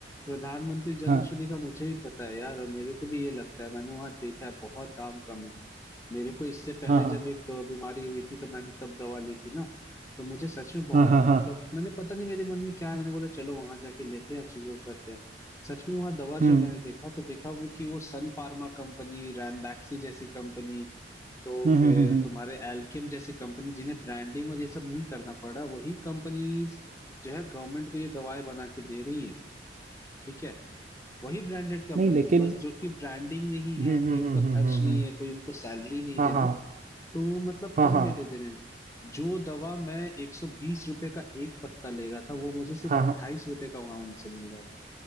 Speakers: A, on the left; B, on the right.
A: प्रधानमंत्री जन
B: हाँ
A: औषधि का मुझे भी पता है यार और मेरे को भी ये लगता है मैंने वहां देखा है बहुत दाम कम है मेरे को इससे पहले
B: हाँ हाँ
A: जब एक अ, बीमारी हुई थी तो मैंने तब दवा ली थी ना तो मुझे सच में बहुत
B: हाँ हाँ हाँ
A: मतलब मैंने पता नहीं मेरे मन में क्या है मैंने बोला चलो वहां जाके लेते हैं और चीजों को करते हैं सच में वहां दवा
B: हम्म
A: जो मैंने देखा तो देखा वो कि वो सन फार्मा कंपनी रैनबैक्सी जैसी कंपनी तो
B: हम्म
A: फिर
B: हम्म हम्म हम्म।
A: तुम्हारे एल्केम जैसी कंपनी जिन्हें ब्रांडिंग और ये सब नहीं करना पड़ रहा वही कंपनीज जो है गवर्नमेंट को ये दवाएं बना के दे रही हैं ठीक है वही ब्रांडेड कंपनीज
B: नहीं लेकिन
A: बस जो कि ब्रांडिंग नहीं
B: हम्म
A: है
B: हम्म
A: कोई उनका
B: हम्म हम्म
A: खर्च
B: हम्म
A: नहीं
B: हम्म। हम्म।
A: है कोई उनको सैलरी नहीं
B: हाँ
A: देना
B: हाँ
A: तो वो मतलब
B: हाँ
A: कम
B: हाँ
A: में दे दे रहे हैं जो दवा मैं एक सौ बीस रुपए का एक पत्ता ले रहा था वो मुझे सिर्फ
B: हाँ
A: अट्ठाईस
B: हाँ
A: रुपए का वहां उनसे मिल रहा था